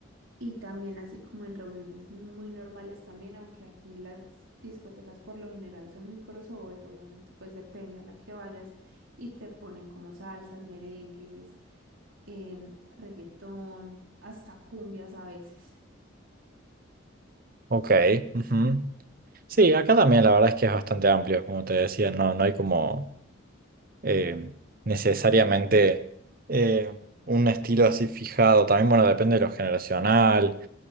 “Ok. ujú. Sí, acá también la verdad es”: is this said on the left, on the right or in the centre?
Right